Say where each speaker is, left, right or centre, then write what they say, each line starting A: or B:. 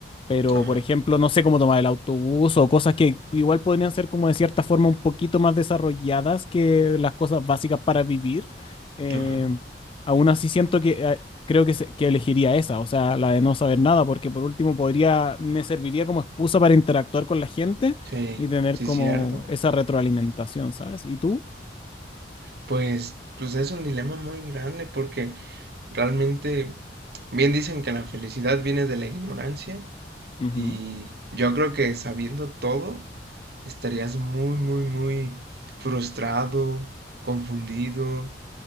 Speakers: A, on the left; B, on the right.
A: pero
B: ajá,
A: por ejemplo, no sé cómo tomar el autobús o cosas que igual podrían ser como de cierta forma un poquito más desarrolladas que las cosas básicas para vivir. eh,
B: ajá,
A: Aún así siento que eh, creo que, se- que elegiría esa, o sea, la de no saber nada, porque por último podría, me serviría como excusa para interactuar con la gente
B: sí,
A: y tener
B: sí,
A: como
B: cierto.
A: esa retroalimentación, ¿sabes? ¿Y tú?
B: Pues, pues es un dilema muy grande porque realmente bien dicen que la felicidad viene de la ignorancia
A: Ujú,
B: y yo creo que sabiendo todo estarías muy, muy, muy frustrado, confundido.